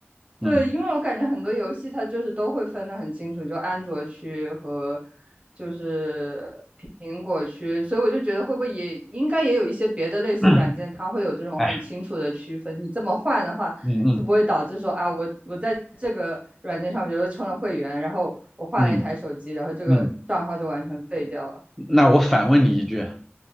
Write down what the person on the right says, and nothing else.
对，因为我感觉很多游戏它就是都会分得很清楚，就安卓区和就是苹果区，所以我就觉得会不会也应该也有一些别的类似软件，
它会有这种很清楚的区分。
你这么换的话，
就不会导致说啊，我我在这个软件上，比如说充了会员，然后我换了一台手机，
然后这个账号就完全废掉了。